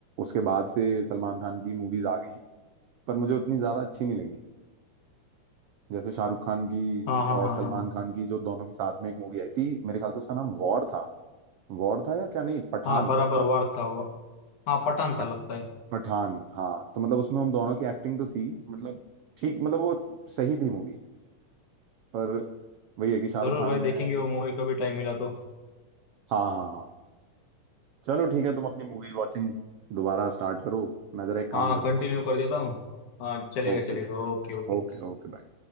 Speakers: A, on the right; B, on the left.
A: उसके बाद से सलमान खान की मूवीज आ गई पर मुझे उतनी ज्यादा अच्छी नहीं लगी जैसे शाहरुख खान की
B: हाँ हाँ
A: और
B: हाँ
A: सलमान
B: हाँ हाँ
A: खान की जो दोनों की साथ में एक मूवी आई थी मेरे ख्याल से उसका नाम वॉर था वॉर था या क्या नहीं पठान
B: हाँ बराबर
A: पठान
B: वार था वो हाँ पठान
A: पठ-
B: था लगता है
A: पठान हाँ तो मतलब उसमें उन दोनों की एक्टिंग तो थी मतलब ठीक मतलब वो सही थी मूवी पर वही है कि शाहरुख
B: जरूर
A: खान
B: भाई
A: ने
B: देखेंगे वो मूवी कभी टाइम मिला तो
A: हाँ हाँ हाँ चलो ठीक है तुम अपनी मूवी वॉचिंग दोबारा स्टार्ट करो मैं जरा एक
B: हाँ
A: काम कर
B: कंटिन्यू
A: लूँ
B: कर देता हूँ हाँ चलेगा
A: Okay
B: चलेगा ओके ओके
A: okay okay